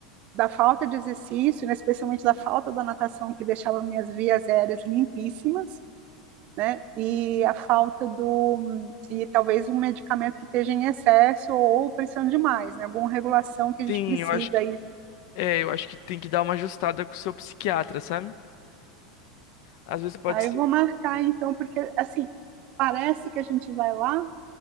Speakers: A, on the right; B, on the left.
A: da falta de exercício, né, especialmente da falta da natação, que deixava minhas vias aéreas limpíssimas, né? E a falta do e talvez um medicamento que esteja em excesso ou precisando demais, né? Alguma regulação que a
B: Sim,
A: gente precisa
B: eu acho
A: aí
B: É, eu acho que tem que dar uma ajustada com o seu psiquiatra, sabe? Às vezes pode
A: Tá,
B: ser.
A: eu vou marcar então, porque assim, parece que a gente vai lá